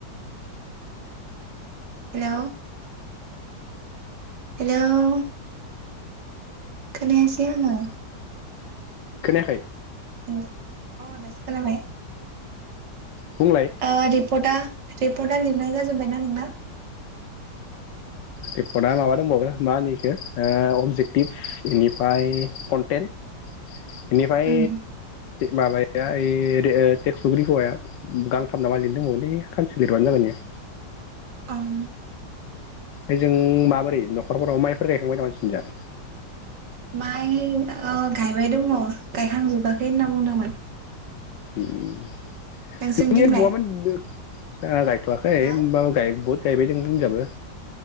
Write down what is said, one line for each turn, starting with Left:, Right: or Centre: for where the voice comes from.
Right: हेल' हेल' खोनायासै आङो।
Left: खोनायाखै।
Right: ओम अ दासो खोनाबाय।
Left: बुंलाय
Right: ओ रिपर्टआ रिपर्टआ लिरनाय जाजोबबायना नोंना?
Left: रिपर्टआ माबा दंबावो मा होनो इखो ओ अबजेक्टिभ बेनिफ्राय कन्टेन बेनिफ्राय
Right: उम
Left: माबाया ओइ टेक्स' <unintelligible> गांथाम ना मा लिरनो दोंबावोलै सानसे लिरबानो जागोन इयो।
Right: आं
Left: ओजों माबोरै नखरफोराव माइ फोर गायखांबाय नामा नोंसिनिजा?
Right: माइ ओ गायबाय दङ गायखांजोबाखै होनना बुंदोंमोन।
Left: ओम <unintelligible>
Right: नोंसोरनिथिंलाय
Left: जोङा गाय थ'वाखै
Right: हो
Left: ओमबाबो गायबुद। गायबाय दों जोंनिजाबो